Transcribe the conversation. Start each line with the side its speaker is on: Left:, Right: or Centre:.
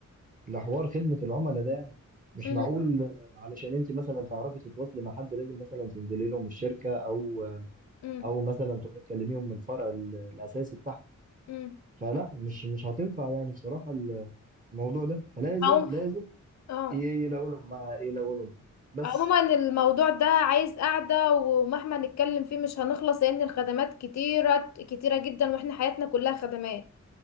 Right: لحوار خدمة العملاء ده يعني مش
Left: امم
Right: معقول علشان انت مثلا تعرفي تتواصلي مع حد لازم مثلا تنزلي لهم الشركة او
Left: امم
Right: او مثلا تروحي تكلميهم من الفرع ال- الاساسي بتاعهم
Left: امم
Right: فلا مش مش هتنفع يعني بصراحة الموضوع ده فلازم
Left: او
Right: لازم
Left: اه
Right: ي- يلاقوا لهم مع- يلاقوا لهم حل بس
Left: عموما الموضوع ده عايز قعدة ومهما نتكلم فيه مش هنخلص لأن الخدمات كتيرة كتيرة جدا واحنا حياتنا كلها خدمات